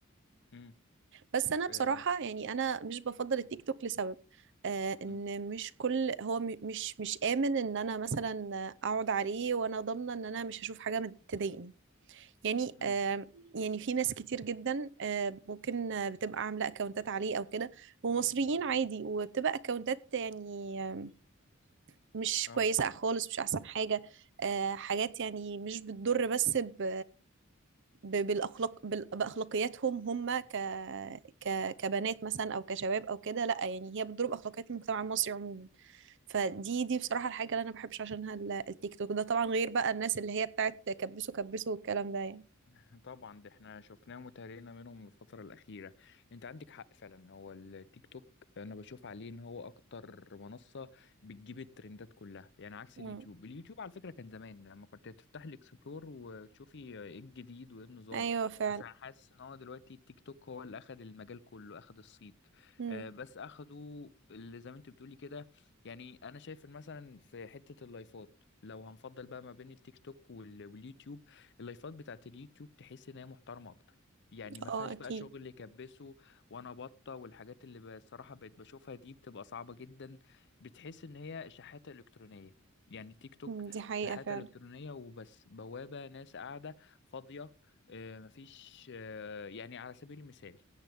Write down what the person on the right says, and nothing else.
بس انا بصراحه
يعني انا مش بفضل التيك توك لسبب آه ان
مش كل هو م- مش مش امن ان انا مثلا اقعد عليه وانا ضامنه ان انا مش هشوف حاجه ما تضايقني يعني
آه يعني في ناس كتير جدا آه ممكن آه، بتبقى عاملة اكونتات عليه او كده ومصريين عادي وبتبقى اكونتات يعني آه، مش
كويسة خالص مش احسن حاجة آه حاجات يعني مش بتضر بس ب ب- بالاخلاق بال- باخلاقياتهم هم ك... ك كبنات مثلا او كشباب او كده لا يعني هي بتضرب اخلاقيات المجتمع المصري عموما فدي دي بصراحة الحاجة اللي انا ما بحبش عشانها ال- التيك توك ده طبعا غير بقى الناس اللي هي بتاعت كبسوا كبسوا والكلام ده
يعني
ايوه فعلا
امم
اه
اكيد
مم. دي حقيقة
فعلا